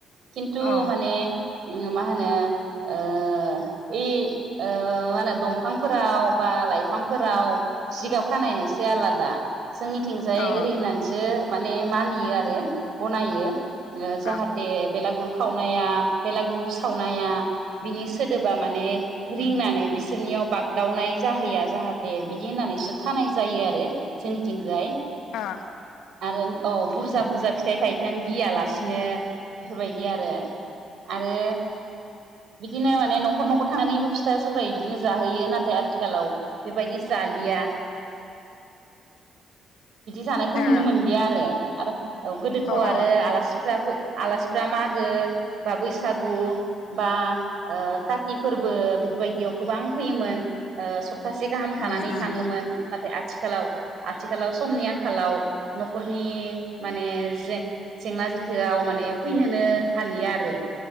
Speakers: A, on the right; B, on the left.
A: किनतु
B: औ
A: माने मा होनो ओ ओइ मा होनो दंफांफोराव बा लाइफांफोराव जिगाब खानाया एसे आलादा जोंनिथिंजाय
B: अ
A: ओरै होननानै सो माने मानियो आरो गनायो ओ जाहाथे
B: अ
A: बेलागुर खावनो नाया बेलागुरु सावनाया बिनि सोदोबा माने रिंनानै
B: उम
A: बिसोरनियाव बागदावनाय जाहैया जाहाथे बिदि होननानैसो खानाय जायो आरो जोंनिथिंजाय।
B: ओ
A: औ बुरजा बुरजा फिथाइ थायथों गियालासिनो बेफोरबायदि आरो आरो बिदिनो माने न'खर न'खर थांनानैबो फिथा सौर बिदिनो जाहोयो नाथाय आथिखालाव बेबायदि जालिया बेखौ नुनो
B: ए
A: मोनलिया आरो आरो औ गोदोथ
B: अ
A: आरो
B: अ
A: आलासिफ्राबो आलासि फ्रा मागो बा बैसागु बा ओ काति फोरबो बेफोरबायदियाव गोबां फैयोमोन सब सासे गाहाम थानानै
B: उम उम
A: थाङोमोन नाथाय आथिखालाव आथिखालाव समनि आंखालाव नखरनि माने जें जेंना जोथोआव माने फैनोनो हालिया आरो।